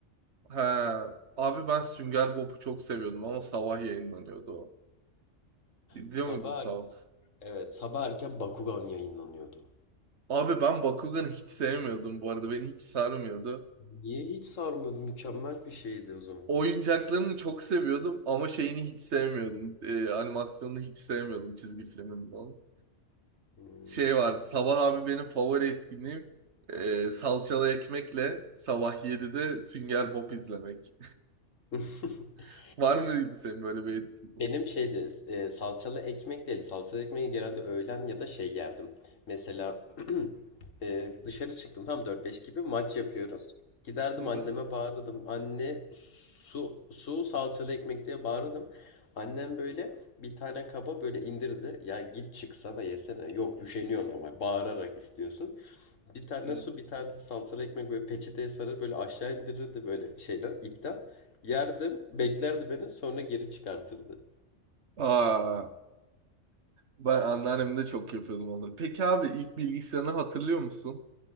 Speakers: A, on the right; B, on the left.
A: Ha abi ben Sünger Bob'u çok seviyordum ama sabah yayınlanıyordu o. İzliyor
B: Sabah
A: muydun sabah?
B: er- evet sabah erken Bakugan yayınlanıyordu.
A: Abi ben Bakugan'ı hiç sevmiyordum bu arada beni hiç sarmıyordu.
B: Niye hiç sarmıyordu? Mükemmel bir şeydi o zaman.
A: Oyuncaklarını çok seviyordum ama şeyini hiç sevmiyordum. Ee, animasyonunu hiç sevmiyordum çizgi filminin onun.
B: Hmm.
A: şey vardı. Sabah abi benim favori etkinliğim e, salçalı ekmekle sabah 7'de Sünger Bob izlemek.
B: <laughs>
A: <laughs> Var mıydı senin böyle bir etkinliğin?
B: Benim şeydi e, salçalı ekmek değildi. Salçalı ekmeği genelde öğlen ya da şey yerdim. Mesela <clears throat> e, dışarı çıktım tam dört beş gibi maç yapıyoruz. Giderdim
A: Hı hı.
B: anneme bağırırdım. Anne su su salçalı ekmek diye bağırırdım. Annem böyle bir tane kaba böyle indirdi. Ya git çıksana yesene. Yok üşeniyorsun ama bağırarak istiyorsun. Bir tane
A: Hı.
B: su, bir tane de salçalı ekmek böyle peçeteye sarır böyle aşağı indirirdi böyle şeyden ipten. Yerdim, beklerdi beni sonra geri çıkartırdı.
A: Aa, ben anneannem çok yapıyordum onları. Peki abi ilk bilgisayarını hatırlıyor musun?